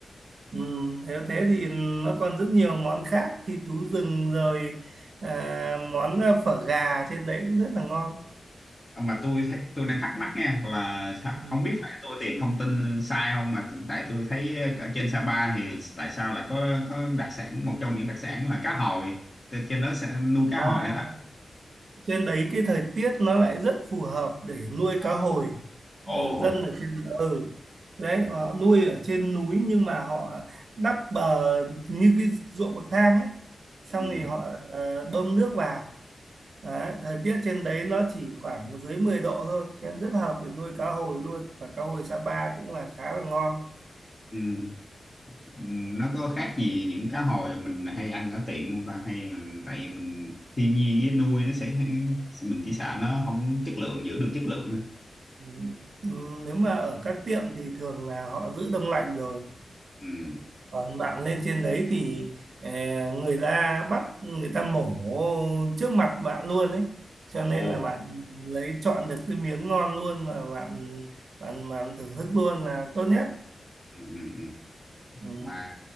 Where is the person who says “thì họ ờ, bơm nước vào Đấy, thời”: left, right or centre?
Right